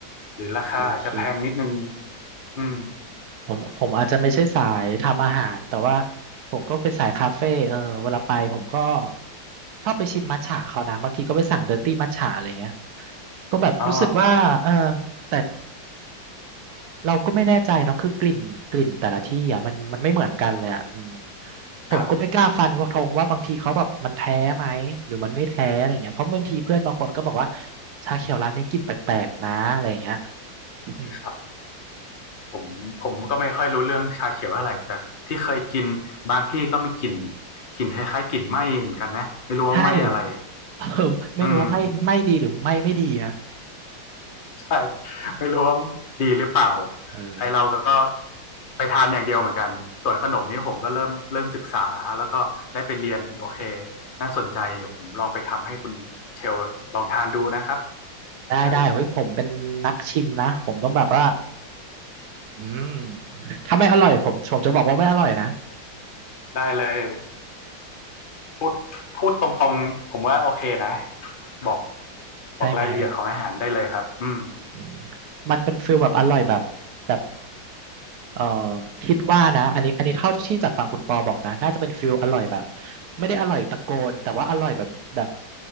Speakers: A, on the left; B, on the right.
A: หรือราคาอาจจะแพงนิดนึง
B: โอเค
A: อืม
B: ผมผมอาจจะไม่ใช่สายทำอาหารแต่ว่าผมก็เป็นสายคาเฟ่เออเวลาไปผมก็ชอบไปชิมมัทฉะเขานะบางทีก็ไปสั่งเดอร์ตี้มัทฉะอะไรเงี้ยก็แบบรู้สึกว่าเออ
A: อ๋อ
B: แต่ เราก็ไม่แน่ใจเนาะคือกลิ่นกลิ่นแต่ละที่อ่ะมันมันไม่เหมือนกันเลยอ่ะอืมผมก็ไม่กล้าฟันว่าธงว่าบางทีเขาแบบมันแท้ไหมหรือมันไม่แท้อะไรเงี้ยเพราะบางทีเพื่อนบางคนก็บอกว่า
A: ครับ
B: ชาเขียวร้านนี้กลิ่นแปลกๆนะอะไรเงี้ย <laughs> อืม
A: ครับ ผมผมก็ไม่ค่อยรู้เรื่องชาเขียวเท่าไหร่แต่ที่เคยกินบางที่ก็มีกลิ่นกลิ่นคล้ายๆกลิ่นไหม้เหมือนกันนะไม่รู้ว่าไหม้อะไร
B: ใช่ <laughs> เออไม่รู้ว่าไม่ไม่ดีหรือไม่ไม่ดีนะ
A: อืมใช่ไม่รู้ว่าดีหรือเปล่า
B: เออ
A: ไอเราก็ไปทานอย่างเดียวเหมือนกันส่วนขนมนี้ผมก็เริ่มเริ่มศึกษาแล้วก็ได้ไปเรียนโอเคน่าสนใจเดี๋ยวผมลองไปทำให้คุณเชลลองทานดูนะครับ
B: ได้ได้เฮ้ยผมเป็นนักชิมนะผมต้องแบบว่า
A: เออ
B: อืมถ้าไม่อร่อยผมผมจะบอกว่าไม่อร่อยนะ
A: ได้เลยพูดพูดตรงๆผมว่าโอเคนะบอก
B: ใช่ไหม
A: บอกรายละเอียดของอาหารได้เลยครับอืม
B: อืมมันเป็นฟิลแบบอร่อยแบบแบบเอ่อคิดว่านะอันนี้อันนี้เท่าที่จากฝั่งคุณปอบอกนะน่าจะเป็นฟิลอร่อยแบบไม่ได้อร่อยตะโกนแต่ว่าอร่อยแบบแบบ